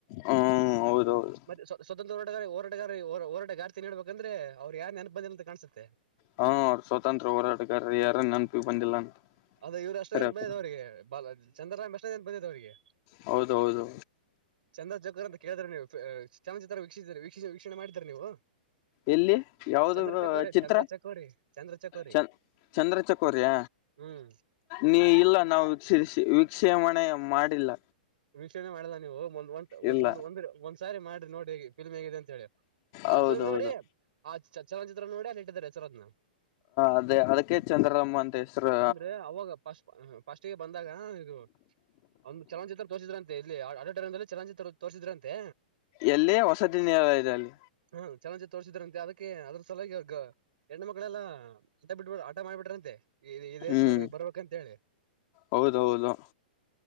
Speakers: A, on the left; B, on the right.
A: ಹ್ಮ್ ಹೌದೌದು
B: ಮತ್ತೆ ಸ್ವ ಸ್ವತಂತ್ರ. ಟಗರಿಗೆ ಹೋರಾಟಗಾರಿಗೆ ಹೋರಾಟ ಗಾರ್ತಿ ನಡ್ಬೇಕ ಅಂದ್ರೆ ಅವ್ ಯಾರನ್ ನೆನ್ಪು ಬಂದಿಲ್ಲ ಅಂತ ಕಾಣ್ಸುತ್ತೆ
A: ಹಾ ಅವ್ರ ಸ್ವಾತಂತ್ರ್ಯ ಹೋರಾಟಗಾರ ಯಾರ ನನ್ನಪಿ ಬಂದಿಲ್ಲ ಅಂತ...
B: ಅದ ಇವ್ರು ಅಷ್ಟೊನ್
A: ಕರೆ
B: ಬಂದ್
A: ಕರೆ
B: ಅವ್ರಿಗೆ ಬ ಚಂದುರಾಮ್ ಮೇಷ್ಟ್ರೇ ಅಂತೆ ಬಯ್ಯದ್ ಅವ್ರಿಗೆ...
A: ಹೌದೌದು
B: ಚಂದ್ರ ಜಕರ್ ಅಂತ ಕೇಳಿದ್ರ ನೀವು. ಚಾಮನಚಿತ್ರ ವೀಕ್ಷಿಸ ವೀಕ್ಷಿಸಿ ವೀಕ್ಷಣೆ ಮಾಡ್ತೀರಾ ನೀವು...
A: ಎಲ್ಲಿ ಯಾವ್ದ
B: ಚಂದ್ರ ಚಕೋರಿ
A: ಚಿತ್ರ
B: ಚಂದ್ರ ಚಕೋರಿ ಚಂದ್ರ ಚಕೋರಿ
A: ಚನ್ ಚಂದ್ರಚಕೌರ್ಯ..
B: ಹ್ಮ್
A: ನೀ ಇಲ್ಲ ನಾವುಕ್ಷ ವಕ್ಷೇಪಣೆ ಮಾಡಿಲ್ಲ...
B: ವೀಕ್ಷಣೆ ಮಾಡ್ದ ನೀವು ಒಂದ
A: ಇಲ್ಲ
B: ಒಂದಂದ್ ಒಂದ್ಸಾರಿ ಮಾಡ್ರಿ ನೋಡಿ ಹೇಿ ಫಿಲ್ಮ್ ಹೇಗಿದೆ ಅಂತ ಹೇಳಿ. ಆ
A: ಹೌದೌದು
B: ಫಿಲ್ಮ್ ನೋಡಿ ಆ ಚ ಚಲನಚಿತ್ರ ನೋಡಿ ಅಲ್ಲಿ ಇಟ್ಟಿದ್ದಾರೆ. ಯಸರತ್ನ...
A: ಅದೇ ಅದಕ್ಕೆ ಚಂದ್ರಮ್ಮ ಅಂತ ಹೆಸರು
B: ಅಂದ್ರೆ ಅವಾಗ ಪಸ್ ಫಸ್ಟ್ಗೆ ಬಂದಾಗ ಇದು ಒಂದು ಚಲನಚಿತ್ರ ತೋರ್ಸಿದ್ರಂತೆ ಇಲ್ಲಿ ಆಡಿಟಾರಯಂ ಚಲನಚಿತ್ರ ತೋರ್ಸಿದ್ರಂತೆ
A: ಎಲ್ಲಿ ವಸತಿ ನಿಲಯದಲ್ಲಿ
B: ಹ ಚಲೋಚಿ ತೋರ್ಸಿದ್ರಂತೆ ಅದಕ್ಕೆ ಅದ್ರ ಸಲಾಗಿ ಹೆಣ್ಣ ಮಕ್ಳೆಲ್ಲ ಆಟ ಬಿಬ ಹಠ ಮಾಡಿಬಿಟ್ರಂತೆ ಈ ಇದೇಸರ
A: ಹ್ಮ್
B: ನಮ್ಗೆ ಬರ್ಬೇಕಂತ ಹೇಳಿ
A: ಹೌದೌದು